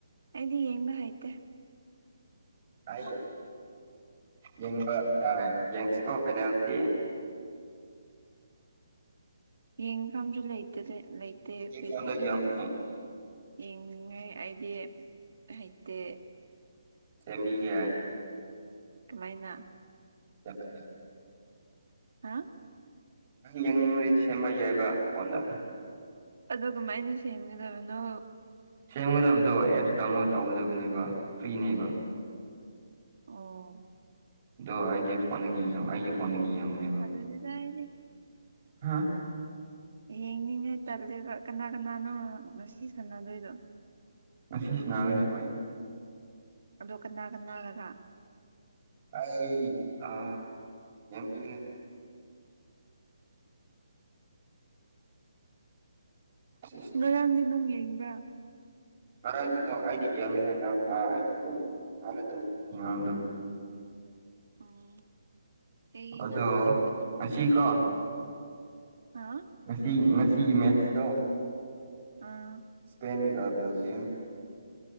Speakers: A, on the right (about 70°); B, on the right (about 40°).
A: ꯑꯩꯗꯤ ꯌꯦꯡꯕ ꯍꯥꯏꯥꯏꯇꯦ
B: ꯑꯩ ꯌꯦꯡꯕ ꯌꯦꯡꯁꯤꯀꯣ ꯐꯦꯅꯥꯜꯇꯗꯤ
A: ꯌꯦꯡꯐꯝꯁꯨ ꯂꯩꯇꯦ ꯂꯩꯇꯦ ꯑꯩꯈꯣꯏꯗꯤ
B: ꯐꯣꯟꯗ ꯌꯦꯡꯉꯨꯅꯦ
A: ꯌꯦꯡꯅꯤꯡꯉꯥꯏ ꯑꯩꯗꯤ ꯍꯩꯇꯦ
B: ꯁꯦꯝꯕꯤꯒꯦ
A: ꯀꯃꯥꯏꯅ
B: ꯦ
A: ꯍꯥ
B: ꯅꯪ ꯌꯦꯡꯅꯤꯡꯉꯗꯤ ꯁꯦꯝꯕ ꯌꯥꯏꯕ ꯐꯣꯟꯗ
A: ꯑ ꯀꯃꯥꯏꯅ ꯁꯦꯝꯒꯗꯕꯅꯣ
B: ꯁꯦꯝꯒꯗꯕꯗꯣ ꯑꯦꯞꯁ ꯗꯥꯎꯟꯂꯣꯗ ꯇꯧꯒꯗꯕꯅꯦꯕ ꯐ꯭ꯔꯤꯅꯦꯕ
A: ꯑꯣ
B: ꯑꯗꯣ ꯑꯩꯗꯤ ꯐꯣꯟꯗꯒꯤꯡꯉ ꯑꯩꯒꯤ ꯐꯣꯟꯗꯒꯤ ꯌꯦꯡꯕꯅꯦꯀꯣ
A: ꯑꯗꯨꯗꯗꯤ ꯌꯥꯥꯏꯅꯦ
B: ꯍꯥ
A: ꯌꯦꯡꯅꯤꯡꯉꯦ ꯇꯜꯂꯦꯕ ꯀꯅꯥ ꯀꯅꯥꯅꯣ ꯉꯁꯤ ꯁꯥꯟꯅꯗꯣꯏꯗꯣ
B: ꯉꯁꯤꯁꯤ ꯅꯥꯒꯅꯤ ꯍꯣꯏ
A: ꯑꯗꯣ ꯀꯅꯥ ꯀꯅꯥꯒꯒ
B: ꯑꯩ ꯑ ꯌꯦꯡ ꯀꯒ ꯁꯣ
A: ꯉꯔꯥꯡꯗꯤ ꯅꯪ ꯌꯦꯡꯕ꯭ꯔꯥ
B: ꯃꯔꯔ <unintelligible> ꯌꯦꯡꯗꯦ ꯅꯪ ꯑꯥ ꯑꯩꯁꯨꯨꯝ ꯃꯥꯅ ꯇꯨꯝꯃꯤꯉꯩꯉꯥꯡꯗꯣ
A: ꯎꯝ ꯀꯩꯒꯤ
B: ꯑꯗꯣ
A: ꯉꯟꯅ ꯇꯨꯝꯕꯅꯣ
B: ꯉꯁꯤꯀꯣ
A: ꯍꯥ
B: ꯉꯁꯤ ꯉꯁꯤꯒꯤ ꯃꯦꯠꯁꯇꯣ
A: ꯑꯥ
B: ꯄꯦꯟꯒꯗꯖ ꯌꯦ